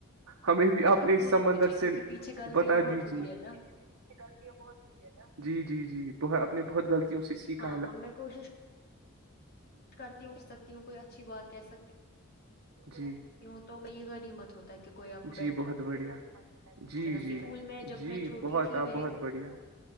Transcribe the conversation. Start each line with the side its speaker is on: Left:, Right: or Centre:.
Right: ہمیں بھی اپنے
Left: پاس
Right: اس
Left: بہت
Right: سمندر
Left: کچھ ہے کیونکہ
Right: سے
Left: پیچھے غلطیاں
Right: بتا
Left: بہت
Right: دیجے
Left: ہوئی
Right: غلطیاں
Left: ہے نا
Right: بہت جی جی جی جی ب نے بہت غطیوں سے سیکھ
Left: ہماں میں کوشش کو کرتی ہوں کر سکتی ہوں کوئی اچھی بات کہہ سکتی
Right: جی
Left: ہوں تو میں یہ غنیمت ہوتا ہے کہ کوئی آپ کو
Right: جی
Left: بیٹھ
Right: بہت بڑھیا جی
Left: کے نصیحت
Right: جی
Left: اسکول میں جب
Right: جی
Left: میں چھوٹی
Right: بہت
Left: تھی میرے
Right: آپ بہت بڑھیا